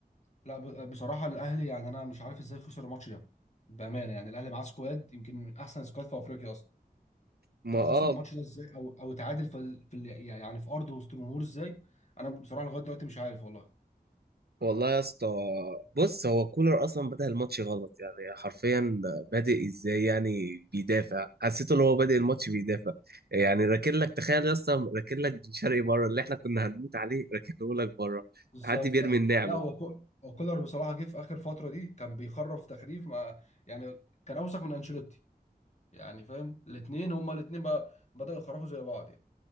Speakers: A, on the left; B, on the right.
A: لا ب- بصراحه الاهلي يعني انا مش عارف ازاي خسر الماتش ده بامانه يعني الاهلي معاه سكواد يمكن من احسن سكواد في افريقيا اصلا
B: ما
A: فخسر
B: اه
A: الماتش ده ازاي او او اتعادل في ال... في ال... يعني في ارضه وسط جمهور ازاي انا بصراحه لغايه دلوقتي مش عارف والله
B: والله يا اسطى بص هو كولر اصلا بدأ الماتش غلط يعني حرفيا بادئ ازاي يعني بيدافع حسيت ان هو بادئ الماتش بيدافع يعني راكن لك تخيل يا اسطى راكن لك بن شرقي بره اللي احنا كنا هنموت عليه راكنه لك بره
A: بالظبط
B: حد بيرمي
A: ايوه
B: النعمه
A: لا هو كو- هو كولر بصراحه جه في اخر فتره دي كان بيخرف تخريف مع يعني كان اوسخ من انشيلوتي يعني فاهم الاثنين هما الاثنين بقى بداوا يخرفوا زي بعض يعني